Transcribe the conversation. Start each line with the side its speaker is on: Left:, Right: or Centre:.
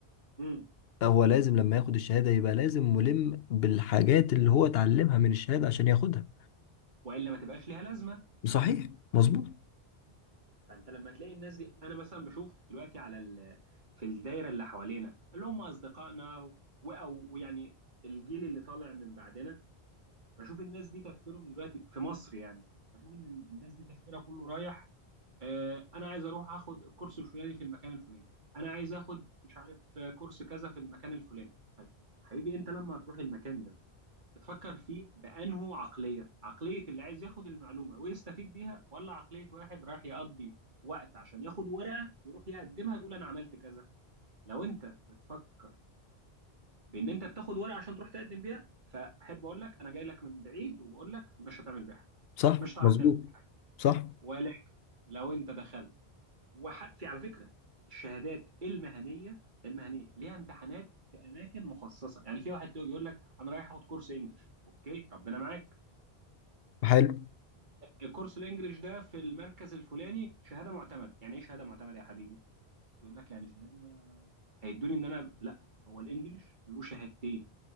Right: امم
Left: هو لازم لما ياخد الشهادة يبقى لازم ملم بالحاجات اللي هو اتعلمها من الشهادة عشان ياخدها
Right: والا ما تبقاش ليها لازمه
Left: صحيح مظبوط
Right: فانت لما تلاقي الناس دي انا مثلا بشوف دلوقتي على ال... في الدايره اللي حوالينا اللي هم اصدقائنا و... او ويعني الجيل اللي طالع من بعدنا بشوف الناس دي تفكيرهم دلوقتي في مصر يعني بشوف ان ال- الناس دي تفكيرها كله رايح آه، انا عايز اروح اخد الكورس الفلاني في المكان الفلاني انا عايز اخد مش عارف آه، كورس كذا في المكان الفلاني طيب حبيبي انت لما هتروح المكان ده بتفكر فيه بأنه عقلية عقلية اللي عايز ياخد المعلومة ويستفيد بيها ولا عقلية واحد رايح يقضي وقت عشان ياخد ورقة يروح يقدمها يقول أنا عملت كذا لو أنت بتفكر بأن أنت بتاخد ورقة عشان تروح تقدم بيها فأحب أقول لك أنا جاي لك من بعيد وبقول لك مش هتعمل بيها حاجة
Left: صح
Right: مش هتعرف
Left: مظبوط
Right: تعمل بيها حاجة
Left: صح
Right: ولكن لو أنت دخلت وح... في على فكرة الشهادات المهنية المهنية ليها امتحانات في أماكن مخصصة يعني في واحد يقول لك أنا رايح أخد كورس إنجلش أوكي ربنا معاك
Left: حلو
Right: الكورس الانجليش ده في المركز الفلاني شهاده معتمده يعني ايه شهاده معتمده يا حبيبي يقول لك يعني شهاده هيدوني ان انا لا هو الانجليش له شهادتين